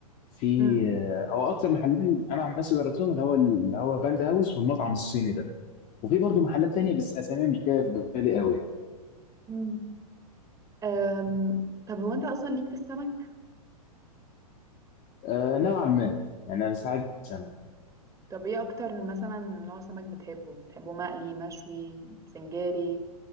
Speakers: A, on the left (about 35°); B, on the right (about 15°).
A: في
B: مم.
A: آه، هو اكتر محلين انا عن نفسي جربتهم اللي هو اللي هو باندا هاوس والمطعم الصيني ده وفي برضه محلات تانية بس اساميها مش جايه في بالي قوي يعني
B: مم. أم، طب هو انت اصلا ليك في السمك
A: آه نوعا ما يعني انا ساعات السمك
B: طب ايه اكتر مثلا نوع سمك بتحبه بتحبه مقلي مشوي سنجاري